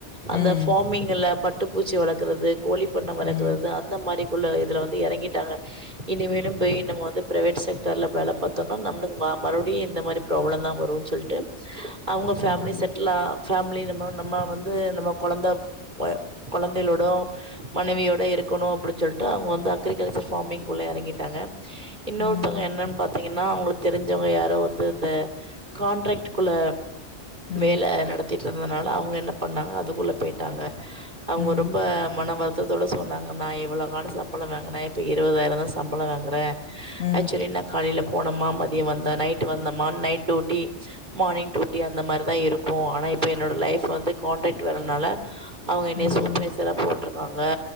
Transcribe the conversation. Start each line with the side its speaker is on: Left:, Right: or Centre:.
Left: ம்.
Right: அந்த ஃபார்மிங்ல பட் ட்டு பூச்சி வளக்கறது கோழி பண்ண வளக்கறது
Left: ம்.
Right: அந்த மாரிக்குள்ள இதுல வந்து எறங்கிட்டாங்க இனிமேலும் போயி நம் ம வந்து பிரைவேட் செக்டார்ல வேல பாத்தோன்னா நம்பளுக்கு வ மறுபடியும் இந்த மாரி ப்ராப்ளம் தான் வரும் சொல்ட்டு அவுங்க ஃபேமிலி
Left: ம்.
Right: செட்லா ஃபேமிலி நம்ம நம்ம வந்து நம்ம கொழந்த கொய கொழந்தைகளோடும் மனைவியோட இருக்கணு அப்டி சொல்ட்டு அவுங்க வந்து அக்ரிகல்ச்சர் ஃபார்மிங்குள்ள எறங்கிட்டாங்க இன்னொருத்தவங்க
Left: ம்.
Right: என்னான் பாத்தீங் என்னா அவங்களுக்கு தெரிஞ்சவங்க யாரோ வந்து ந்த கான்ட்ராக்டக்குள்ள
Left: ம்.
Right: வேல நடத்திட்டு இருந்ததுனால அவங்க என்ன பண்ணாங்க அதுக்குள்ள பெயிட்டாங்க அவங்க
Left: ம்.
Right: ரொம்ப மனவ ருத்ததோட சொன்னாங்கன்னா இவ்ளோ காலோ சம்பளம் வேங்ணே இப்ப இருவதாயிரோ தா சம்பளம் வாங்குறே
Left: ம். ம்.
Right: அக்ச்சுலி நா காலைல போனமா மதியோ வந்த நைட் வந்தமா நைட் டூட்டி மார்னிங் டூட்டி அந்த மாரிதா இருக் போ ஆனா இப்ப என்னோட லைஃப் வந்து கான்டக்ட் வேலனால அவங்க என்னைைய
Left: ம்.
Right: சூப்ரைஸரா போ ட்ருக்காங்க